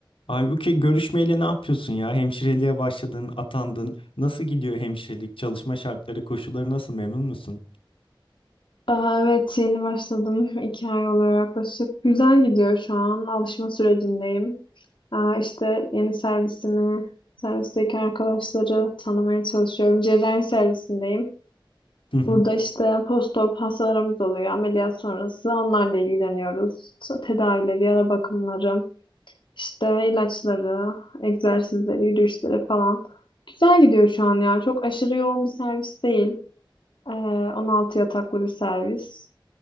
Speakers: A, on the left; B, on the left.
A: Halbuki görüşmeyle ne yapıyorsun ya? Hemşireliğe başladın, atandın. Nasıl gidiyor hemşirelik? Çalışma şartları, koşulları nasıl? Memnun musun?
B: Aa, evet yeni başladım. İki ay oluyor yaklaşık. Güzel gidiyor şu an. Alışma sürecindeyim. Aa, işte yeni servisimi, servisteki arkadaşları tanımaya çalışıyorum. Cerrahi servisindeyim.
A: Hı hı.
B: Burada işte postop hastalarımız oluyor. Ameliyat sonrası onlarla ilgileniyoruz. Tedavileri, yara bakımları, işte ilaçları, egzersizleri, yürüyüşleri falan. Güzel gidiyor şu an ya. Çok aşırı yoğun bir servis değil. Ee, 16 yataklı bir servis.